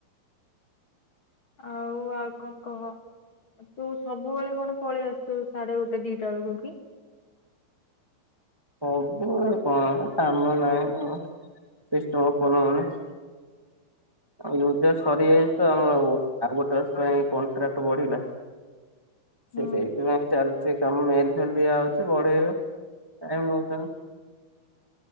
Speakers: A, on the left; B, on the right.
A: ଆଉ, ଆଉ ଙ୍କ କହ, ତୁ ସବୁବେଳେ କଣ ପଳେଇ ଆସୁଛୁ, ସାଢ଼େ ଗୋଟେ ଦିଟା ବେଳକୁ କି?
B: ସବୁବେଳେ କଣ କାମ ନାହିଁ ସିଷ୍ଟମ୍ ଓପନ୍ ହଉନି। ୟୁଜର୍ ସାରିଯାଇଛି, ତ ଆମର ଓ ଆଉ ଗୋଟେ ମାସ ପାଇଁ କନ୍ଟ୍ରାକ୍ଟ ବଢ଼ିଲା।
A: ହୁଁ
B: ସେ ସେଇଥିପାଇଁ ଚାଲିଛି। ତମ ମେଲ୍ ଫେଲ୍ ଦିଆ ହେଉଚି, ବଢ଼େଇବେ ଟାଇମ୍ ନଉଚନି।